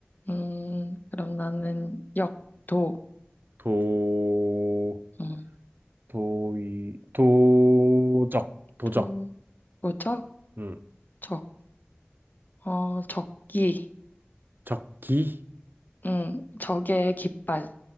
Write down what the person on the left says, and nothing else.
음. 그럼 나는 역, 도.
음.
도, 뭐죠?
적. 어, 적기.
응, 적의 깃발.